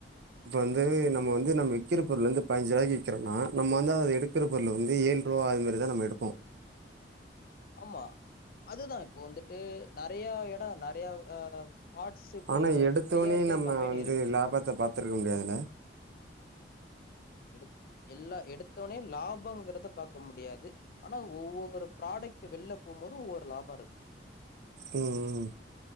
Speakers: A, on the right; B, on the left.
A: இப்ப வந்து நம்ம வந்து நம்ம விக்கிற பொருல இருந்து பைன்ஞ்சு ரூவாயிக் விக்றோனா நம் வந்து அத எடுக் விக்ரபொருள
B: ம்.
A: வந்து ஏழு ரூவா அதுமரி இதா நம்ம எடுப்போ
B: ஆமா அதுதா இப்போ வந்துட்டு நெறையா எடம் நறைய ஆ பார்ட்ஸு கு
A: ஆனா எடுத்தோனே
B: தயாரிக்கிற
A: நம்ம
B: கம்பெனி
A: வந்து
B: இருக்கு
A: லாபத்த பாத்துருக்க முடியாதுல
B: எடு எல்லா எடுத்தோனே லாபங்கறத பார்கக்க முடியாது ஆனா ஒவ்வொரு ப்ராடக்ட் வெளில போகு போது ஒவ்வொரு லாபோ இருக்கு
A: உம் உம்